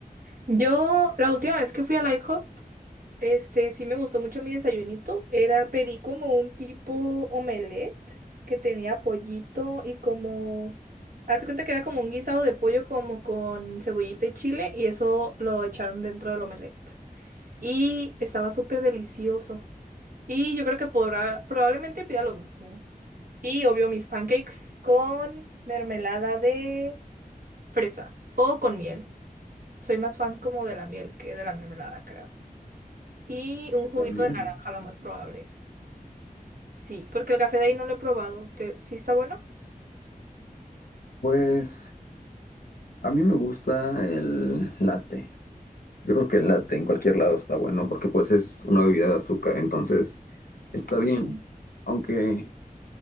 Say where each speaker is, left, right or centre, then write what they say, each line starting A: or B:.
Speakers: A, on the right; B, on the left.
A: Yo, la última vez que fui al IHOP, Este, sí me gustó mucho mi desayunito. Era, pedí como un tipo omelette que tenía pollito y como... Haz de cuenta que era como un guisado de pollo como con cebollita y chile y eso lo echaron dentro del omelette. Y estaba súper delicioso. Y yo creo que podrá, probablemente pida lo mismo. Y obvio mis pancakes con mermelada de fresa o con miel. Soy más fan como de la miel que de la mermelada, creo. Y un juguito
B: También.
A: de naranja, lo más probable. Sí, porque el café de ahí no lo he probado. ¿Te- ¿Sí está bueno?
B: Pues a mí me gusta el latte. Yo creo que el latte en cualquier lado está bueno porque pues es una bebida de azúcar, entonces está bien.
A: Mm.
B: Aunque